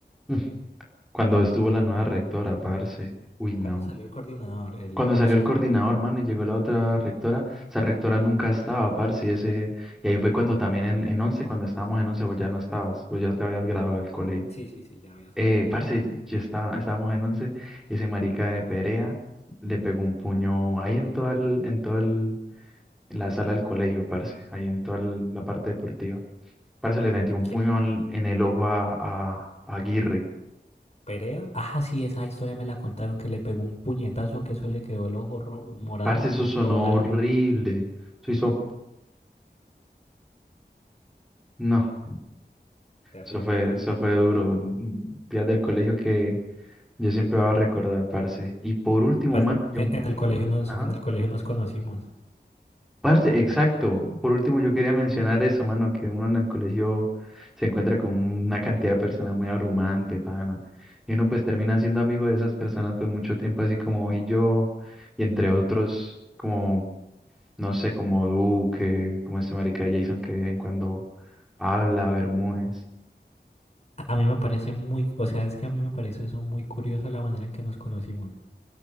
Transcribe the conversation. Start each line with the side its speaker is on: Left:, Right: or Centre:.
Centre: <laughs> Cuando estuvo la nueva rectora, parce. Uy,
Left: ¿Cuándo
Centre: no.
Left: salió el coordinador, el
Centre: Cuando
Left: Oscar?
Centre: salió el coordinador, mano, y llegó la otra rectora, esa rectora nunca estaba, parce. Y, ese... y ahí fue cuando también en, en 11, cuando estábamos en 11, vos ya no estabas, vos ya te habías graduado del colegio.
Left: Sí, sí, sí, ya había salido.
Centre: Eh, parce, ya está, estábamos en 11. y ese marica de Perea le pegó un puño ahí en todo el, en todo el en la sala del colegio, parce, ahí en toda el- la parte deportiva. Parce le metió un
Left: quién
Centre: puñal en el ojo a, a- a Aguirre.
Left: Perea. Ah, sí, esa historia me la contaron que le pegó un puñetazo que eso le quedó el ojo ro- morado
Centre: Parce,
Left: como
Centre: eso sonó
Left: todo el año.
Centre: horrible. Eso hizo, no,
Left: Terrible,
Centre: eso fue,
Left: terrible.
Centre: eso fue duro. Días del colegio que yo siempre voy a recordar, parce. Y por último,
Left: Pues
Centre: mano,
Left: en, en
Centre: yo,
Left: el colegio nos,
Centre: ajá.
Left: en el colegio nos conocimos.
Centre: Parce, exacto. Por último, yo quería mencionar eso, mano, que uno en el colegio se encuentra con una cantidad de personas muy abrumante, pana. Y uno pues termina siendo amigo de esas personas pues mucho tiempo, así como vos y yo, y entre otros, como, no sé, como Duque, como este marica de Jason que de vez en cuando habla, Bermúdez.
Left: A mí me parece muy, o sea, es que a mí me parece eso muy curioso la manera en que nos conocimos.